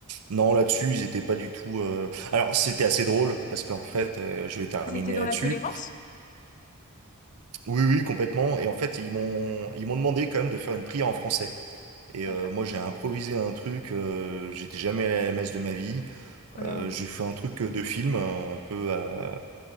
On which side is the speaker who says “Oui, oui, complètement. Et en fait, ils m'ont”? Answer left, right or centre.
Right